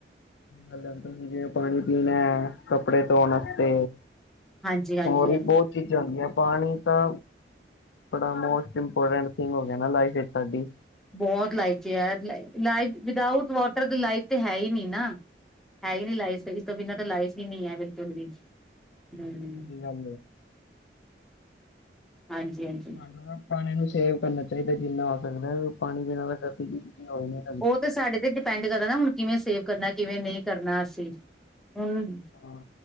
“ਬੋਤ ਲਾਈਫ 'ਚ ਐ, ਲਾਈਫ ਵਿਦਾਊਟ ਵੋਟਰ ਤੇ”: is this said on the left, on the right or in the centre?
Centre